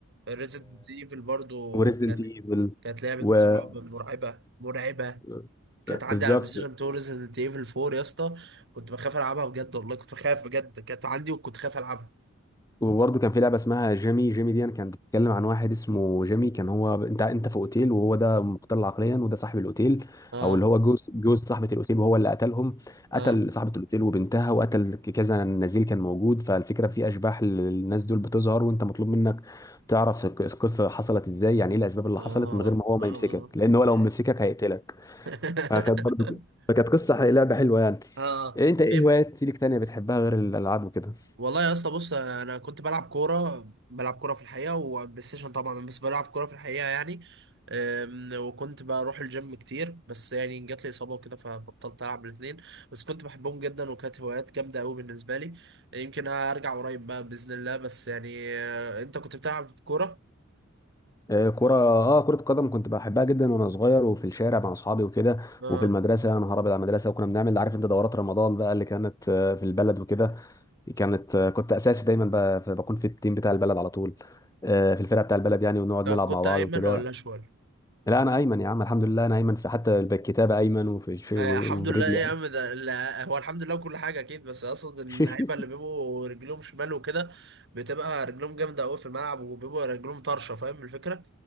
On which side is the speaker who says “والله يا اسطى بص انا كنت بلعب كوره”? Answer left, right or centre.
Right